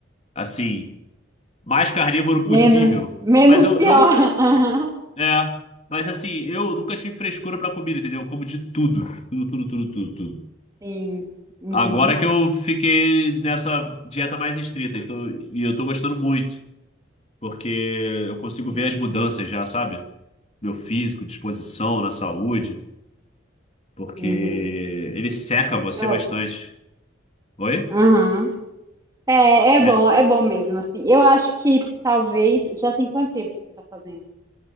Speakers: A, on the left; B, on the right.
A: assim, mais carnívoro possível.
B: Menos, menos
A: Mas eu,
B: pior.
A: eu,
B: Aham,
A: é. Mas assim, eu nunca tive frescura pra comida, entendeu? Eu como de tudo. Tudo, tudo, tudo, tudo, tudo.
B: Sim. Uhum.
A: Agora que eu fiquei nessa dieta mais estrita, então, e eu tô gostando muito, porque eu consigo
B: Sim.
A: ver as mudanças já, sabe? Meu físico, disposição, na saúde, porque
B: Uhum.
A: ele seca
B: Ah, Isso
A: você
B: é ótimo.
A: bastante. Oi?
B: Aham. É, é
A: É.
B: bom, é bom mesmo, assim. Eu acho que talvez. Já tem quanto tempo que você tá fazendo